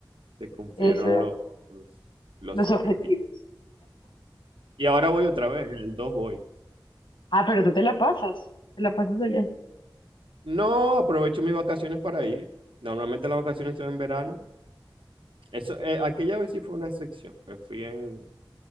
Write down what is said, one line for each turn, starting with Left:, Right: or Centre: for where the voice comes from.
Right: Se cumplieron
Left: esos eran
Right: los, los
Left: los
Right: objetivos.
Left: objetivos.
Right: Y ahora voy otra vez, en el 2 voy.
Left: Ah, pero tú te la pasas, te la pasas allá.
Right: No aprovecho mis vacaciones para ir. Normalmente las vacaciones son en verano. Eso, eh, aquella vez sí fue una excepción, pues fui en,